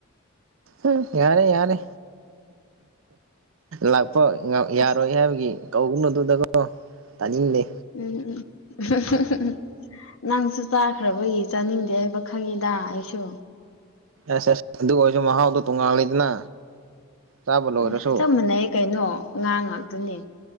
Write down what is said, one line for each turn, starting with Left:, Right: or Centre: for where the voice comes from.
Right: ꯎꯝ ꯌꯥꯔꯦ ꯌꯥꯔꯦ ꯂꯥꯛꯄ ꯌꯥꯔꯣꯏ
Left: ꯑꯁ
Right: ꯍꯥꯏꯕꯒꯤ ꯀꯧꯅꯨꯗꯨꯗꯒꯣ ꯇꯥꯅꯤꯡꯗꯦ
Left: ꯎꯝ ꯎꯝ ꯅꯪꯁꯨ ꯆꯥꯈ꯭ꯔꯕꯒꯤ ꯆꯥꯅꯤꯡꯗꯦ ꯍꯥꯏꯕ ꯈꯪꯉꯤꯗ ꯑꯩꯁꯨ
Right: ꯑꯁ ꯑꯁ ꯑꯗꯨ ꯑꯣꯏꯔꯁꯨ ꯃꯍꯥꯎꯗꯣ ꯇꯣꯡꯉꯥꯜꯂꯤꯗꯅ ꯆꯥꯕ ꯂꯣꯏꯔꯁꯨ
Left: ꯎꯝ ꯆꯞ ꯃꯥꯟꯅꯩ ꯀꯩꯅꯣ ꯉꯥ ꯉꯥꯛꯇꯨꯅꯤ